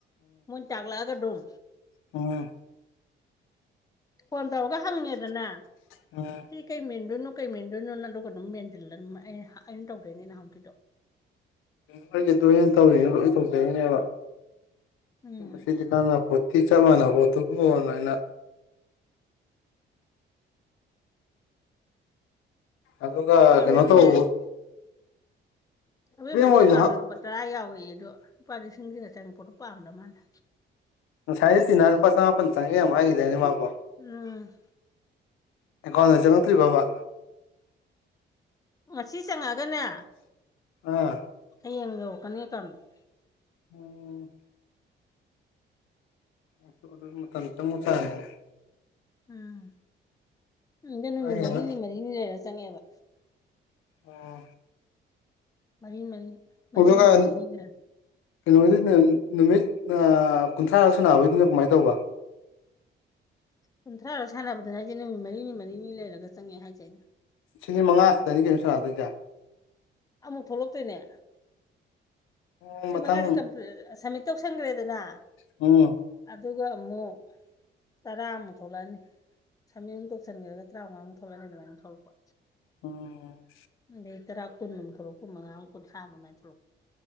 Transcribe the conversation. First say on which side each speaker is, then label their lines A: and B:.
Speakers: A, on the left; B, on the left.
A: ꯃꯣꯏ ꯇꯥꯛꯂꯛꯑꯒ ꯑꯗꯨꯝ
B: ꯑꯣ
A: ꯐꯣꯟ ꯇꯧꯔꯒ ꯍꯪꯉꯦꯗꯅ
B: ꯑꯝ
A: ꯁꯤ ꯀꯩ ꯃꯦꯟꯗꯣꯏꯅꯣ ꯀꯩ ꯃꯦꯟꯗꯣꯏꯅꯣꯅ ꯑꯗꯨꯒ ꯑꯗꯨꯝ ꯃꯦꯟꯁꯤꯜꯂ ꯑꯩꯅ ꯇꯧꯖꯩꯅꯦ ꯅꯍꯥꯟꯃꯨꯛꯒꯤꯗꯣ
B: ꯈꯣꯏꯒꯤ ꯇꯣꯏꯅ ꯇꯧꯔꯤ ꯂꯣꯏ ꯇꯧꯖꯔꯤꯅꯦꯕ
A: ꯎꯝ
B: ꯃꯁꯤꯗꯤ ꯀꯥꯟꯅꯄꯣꯠꯇꯦ ꯆꯥꯞ ꯃꯥꯟꯅ ꯄꯣꯠꯇꯨꯕꯨꯅ ꯑꯩꯅ ꯑꯗꯨꯒ
A: ꯑꯩꯈꯣꯏ
B: ꯀꯩꯅꯣ
A: ꯑꯕꯦꯝꯃꯗꯤ
B: ꯇꯧ
A: ꯑꯕꯦꯝꯃꯗꯤ
B: ꯍꯣꯏꯁꯨ
A: ꯑꯦꯀꯥꯎꯟꯗ ꯂꯨꯄꯥ ꯇꯔꯥ ꯌꯥꯎꯑꯦꯌꯦ ꯑꯗꯣ ꯂꯨꯄꯥ ꯂꯤꯁꯤꯡꯁꯤꯒ ꯆꯪꯉꯛꯄꯗꯣ ꯄꯥꯝꯗ ꯃꯥꯜꯂꯦ
B: ꯉꯁꯥꯏꯗ ꯇꯤꯟꯅ ꯂꯨꯄꯥ ꯆꯃꯥꯄꯜ ꯆꯪꯉꯥꯛꯌꯦ ꯌꯥꯝ ꯍꯥꯏꯈꯤꯗꯥꯏꯅꯦ ꯃꯥꯕꯣ
A: ꯎꯝ
B: ꯑꯦꯀꯥꯎꯟꯗ ꯆꯪꯉꯛꯇ꯭ꯔꯤꯕ ꯕꯕꯥ
A: ꯉꯁꯤ ꯆꯪꯉꯛꯑꯒꯅꯦ
B: ꯑꯥ
A: ꯍꯌꯦꯡ ꯌꯧꯔꯛꯀꯅꯤ <unintelligible>
B: ꯑꯣ꯫ ꯑ ꯑꯗꯨ ꯃꯇꯝ <unintelligible>
A: ꯎꯝ ꯎꯝꯗ ꯅꯨꯃꯤꯠ
B: ꯑꯩꯅ
A: ꯃꯔꯤꯅꯤ ꯃꯔꯤꯅꯤ ꯂꯩꯔ ꯆꯪꯉꯦꯕ
B: ꯑꯣ
A: ꯃꯔꯤꯅꯤ ꯃꯔꯤ ꯃꯔꯤꯅꯤ
B: ꯑꯗꯨꯒꯟ
A: ꯃꯔꯤꯅꯤ ꯂꯩꯔ
B: ꯀꯩꯅꯣꯒꯤꯗꯤ ꯅꯨꯃꯤꯠ ꯑ ꯀꯨꯟꯊ꯭ꯔꯥ ꯁꯥꯅꯕꯩꯗꯨꯅ ꯀꯃꯥꯏꯅ ꯇꯧꯕ
A: ꯀꯨꯟꯊ꯭ꯔꯥꯔ ꯁꯥꯟꯅꯕꯗ ꯍꯥꯏꯁꯦ ꯅꯨꯃꯤꯠ ꯃꯔꯤꯅꯤ ꯃꯔꯤꯅꯤ ꯂꯩꯔꯒ ꯆꯪꯉꯦ ꯍꯥꯏꯁꯦ ꯑꯩꯅ
B: ꯁꯤꯗꯤ ꯃꯉꯥ ꯈꯛꯇꯅꯤ ꯀꯩꯅꯣ ꯁꯥꯟꯅꯗꯣꯏꯁꯦ꯫
A: ꯑꯃꯨꯛ ꯊꯣꯛꯂꯛꯇꯣꯏꯅꯦ꯫
B: ꯎꯝ
A: ꯁꯤ
B: ꯃꯊꯪ
A: ꯃꯉꯥꯁꯦ ꯁꯝꯃꯤꯠ ꯇꯧꯁꯟꯈ꯭ꯔꯦꯗꯅ
B: ꯎꯝ
A: ꯑꯗꯨꯒ ꯑꯃꯨꯛ ꯇꯔꯥ ꯃꯨꯛ ꯊꯣꯛꯂꯥꯛꯅꯤ ꯁꯃꯤꯠ ꯇꯧꯁꯤꯟꯈ꯭ꯔꯒ ꯇꯔꯥꯃꯉꯥꯃꯨꯛ ꯊꯣꯛꯂꯑꯅꯤ ꯑꯗꯨꯃꯥꯏꯅ ꯊꯣꯛꯂꯛꯄ
B: ꯎꯝ꯫
A: ꯈꯪꯡꯗꯦ ꯑꯩ ꯇꯔꯥ ꯀꯨꯟ ꯊꯣꯛꯣꯔꯛꯄ <unintelligible> ꯀꯨꯟꯊ꯭ꯔ <unintelligible>